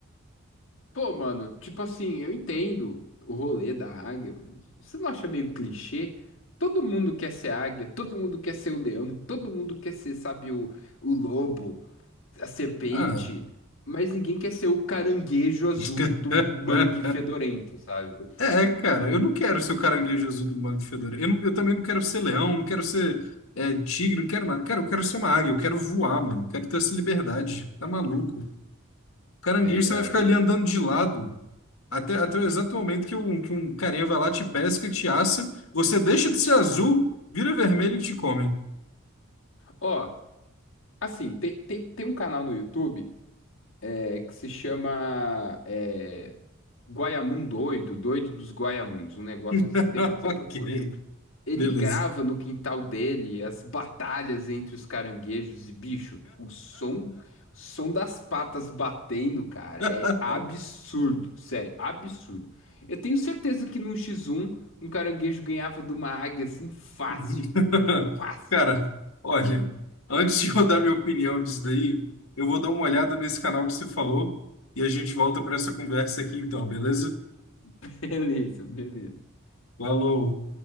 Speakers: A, on the left; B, on the left.
A: Pô, mano, tipo assim, eu entendo o rolê da águia, mas você não acha meio clichê? Todo mundo quer ser águia, todo mundo quer ser o leão, todo mundo quer ser, sabe, o, o lobo, a serpente,
B: Ah,
A: mas ninguém quer ser o caranguejo azul
B: <laughs>
A: do mangue fedorento, sabe?
B: É, cara, eu não quero ser o caralhinho Jesus do Mago Fedora. Eu, não- eu também não quero ser leão, não quero ser é, tigre, não quero nada. Cara, eu quero ser uma águia, eu quero voar, mano. Eu quero ter essa liberdade. Tá maluco? Caranguejo,
A: É, cara.
B: você vai ficar
A: é-
B: ali andando de lado até, até o exato momento que um, que um carinha vai lá, te pesca, te assa. Você deixa de ser azul, vira vermelho e te come.
A: Ó, assim, tem, tem, tem um canal no YouTube é, que se chama é, Guaiamum Doido, Doido dos Guaiamuns, um negócio
B: <laughs>
A: assim. Depois você
B: Ok,
A: procura. Ele
B: beleza.
A: grava no quintal dele as batalhas entre os caranguejos e bicho, o som, o som das patas batendo, cara,
B: <laughs>
A: é absurdo, sério, absurdo. Eu tenho certeza que num X1 um um caranguejo ganhava de uma águia assim fácil,
B: Uhum. <laughs>
A: fácil.
B: Cara, olha, antes de eu dar minha opinião disso daí, eu vou dar uma olhada nesse canal que você falou e a gente volta para essa conversa aqui então, beleza?
A: <laughs> Beleza, beleza.
B: Falou!